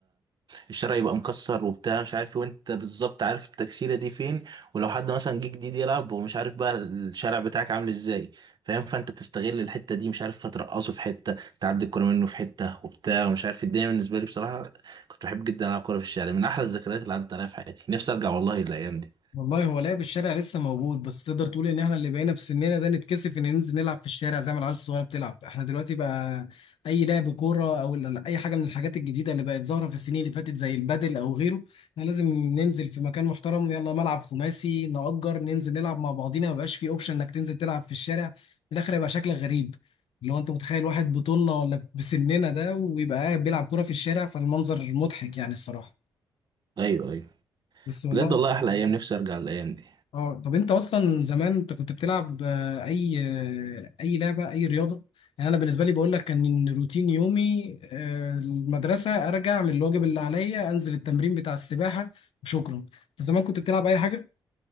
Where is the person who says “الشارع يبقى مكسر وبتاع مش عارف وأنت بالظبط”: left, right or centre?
Right